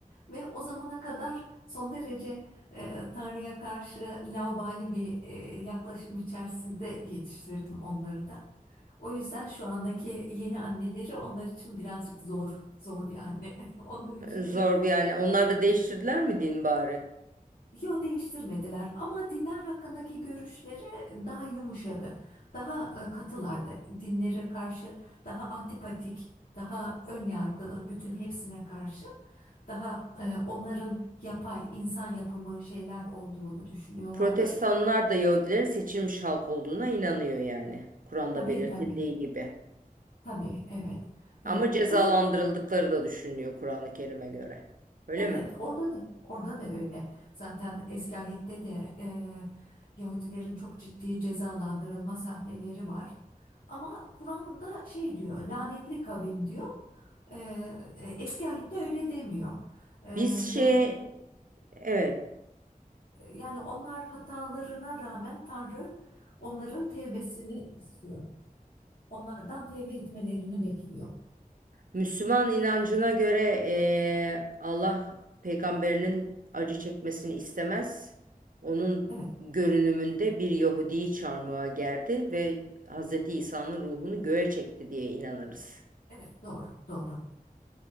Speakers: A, on the left; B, on the right.
A: ve o zamana kadar son derece e, Tanrı'ya karşı laubali bir e, yaklaşım içerisinde yetiştirdim onları da. O yüzden şu andaki yeni anneleri onlar için birazcık zor, zor bir anne. <laughs> Onlar için
B: Zor
A: de
B: bir yani. Onlar da değiştirdiler mi din bari?
A: Yo değiştirmediler ama dinler hakkındaki görüşleri daha yumuşadı. Daha e, katılardı. Dinlere karşı daha antipatik, daha ön yargılı, bütün hepsine karşı daha e, onların yapay insan yapımı şeyler olduğunu düşünüyorlardı.
B: Protestanlar da Yahudilerin seçilmiş halk olduğuna inanıyor yani. Kur'an'da
A: Tabii
B: belirtildiği
A: tabii.
B: gibi.
A: Tabii evet.
B: Ama
A: Evet.
B: cezalandırıldıkları
A: Kur'an
B: da düşünülüyor Kur'an-ı Kerim'e göre. Öyle
A: Evet,
B: mi?
A: orada da orada da öyle. Zaten eski ahit'te de e, Yahudilerin çok ciddi cezalandırılma sahneleri var. Ama Kur'an'da şey diyor, lanetli kavim diyor. E, e, eski ahit'te öyle demiyor. E,
B: Biz şey
A: Yahudi,
B: evet
A: yani onlar hatalarına rağmen Tanrı onların tevbesini istiyor. Onlardan tevbe etmelerini bekliyor.
B: Müslüman inancına göre eee, Allah peygamberinin acı çekmesini istemez. Onun
A: Evet,
B: görünümünde bir Yahudi'yi çarmıha gerdi ve Hz. İsa'nın ruhunu göğe çekti diye inanırız.
A: evet doğru, doğru.